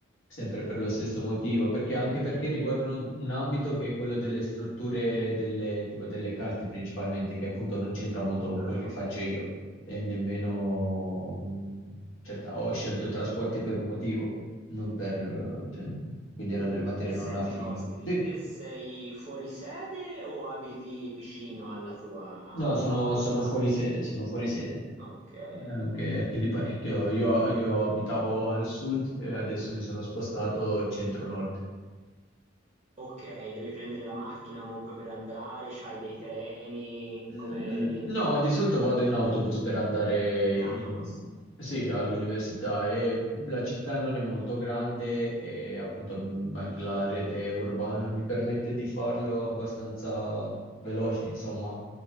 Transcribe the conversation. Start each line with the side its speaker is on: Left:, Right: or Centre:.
Left: sempre per lo stesso motivo, perché anche perché riguardano un ambito che è quello delle strutture delle, tipo delle case principalmente, che appunto non c'entra molto con
Right: certo.
Left: quello che faccio io, e nemmeno, cioè, ho scelto i trasporti per un motivo non per, eh, cioè, quindi erano delle materie
Right: E
Left: non
Right: senti,
Left: affini.
Right: Costi,
Left: Sì,
Right: te sei fuori sede o abiti vicino alla tua,
Left: no,
Right: alla
Left: sono,
Right: tua facoltà?
Left: sono fuori sede, sono fuori sede.
Right: Ok,
Left: Anche,
Right: ok.
Left: anche di parecchio. Io, io abitavo al sud e adesso mi sono spostato centro-nord.
Right: Ok, devi prendere la macchina comunque per andare, c'hai dei treni
Left: Mm,
Right: come
Left: No, di solito vado in autobus per andare
Right: in
Left: in-
Right: autobus. Ok.
Left: sì, all'università e la città non è molto grande e appunto mm, anche la rete urbana mi permette di farlo abbastanza veloce, insomma.